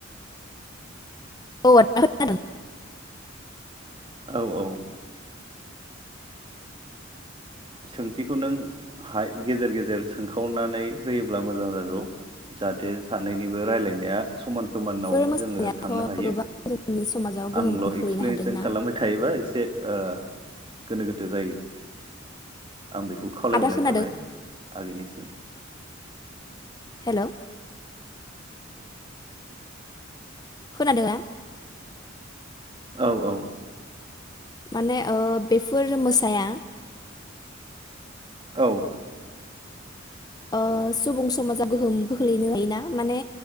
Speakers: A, on the left (about 20°); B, on the right (about 25°).
A: औ आदा खोनादों।
B: औ-औ सोंथिखौ नों हाय गेजेर गेजेर सोंखावनानै होयोब्ला मोजां जागौ जाहाथे सानैनिबो रायलायनाया समान समानाव
A: बेफोर मोसानायाथ'
B: जोङो थांनो हायो
A: गोबां जोंनि समाजाव गोहोम
B: आंल
A: खोलैनो
B: एक्सप्लेनेसन
A: हादोंना
B: खालामबाय थायोबा एसे ओ गोनो गोथो जायो। आं बेखौ खावलायहरनाय
A: आदा खोनादों
B: थाबाय आगैनिसिम।
A: हेलौ। खोनादों ना?
B: औ-औ
A: माने ओ बेफोर मोसाया
B: औ।
A: ओ सुबुं समाजा गोहोम खोख्लैनो हायोना माने